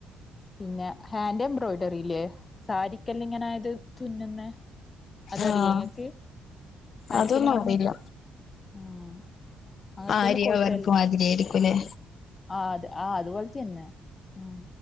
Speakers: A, on the left; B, on the left.
A: പിന്നെ ഹാൻഡ് എംബ്രോയ്ഡറില്ലേ? സാരിക്കെല്ല ഇങ്ങനെ ത് തുന്നുന്നെ അതറിയൊ
B: ആഹ്
A: ങ്ങക്ക്.
B: അതൊന്നും
A: ക്ക്യനങ്ങനെ
B: അറിയില്ല
A: മുത്ത് ഉം. അങ്ങനത്തേല്
B: ആര്യാ
A: കോഴ്സൽ
B: വർക്ക് മാതിരിയെയിരിക്കു ലെ?
A: ആഹ് അത് അത്പോൽതന്ന്യെ ഉം.